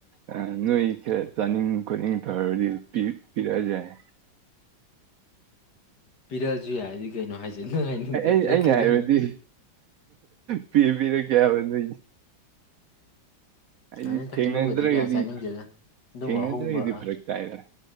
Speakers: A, on the right; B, on the left.
A: ꯑ ꯅꯣꯏ ꯆꯥ ꯆꯥꯅꯤꯡ ꯈꯣꯠꯅꯤꯡ ꯇꯩꯔꯗꯤ ꯄꯤ ꯄꯤꯔꯛꯑꯖꯨ ꯌꯥꯏ
B: ꯄꯤꯔꯛꯑꯁꯨ ꯌꯥꯏꯗꯤ ꯀꯩꯅꯣ ꯍꯥꯏꯁꯦ ꯅꯪ ꯍꯥꯏꯅꯤꯡꯁꯦ
A: ꯑꯩ ꯑꯩ
B: ꯄꯤꯔꯛꯀꯦꯒ
A: ꯑꯩꯅ ꯍꯥꯏꯕꯗꯤ ꯄꯤ ꯄꯤꯔꯛꯀꯦ ꯍꯥꯏꯕꯅꯤ
B: ꯅꯠꯇ
A: ꯑꯩꯗꯤ ꯊꯦꯡꯅꯗ꯭ꯔꯒꯗꯤ
B: ꯍꯩꯅꯧꯒꯗꯤ ꯀꯌꯥ ꯆꯥꯅꯤꯡꯗꯦꯗ ꯑꯗꯨꯝꯕ
A: ꯊꯦꯡꯅꯗ꯭ꯔꯒꯗꯤ
B: ꯑꯍꯣꯡꯕ
A: ꯐꯔꯛ ꯇꯥꯏꯗꯅ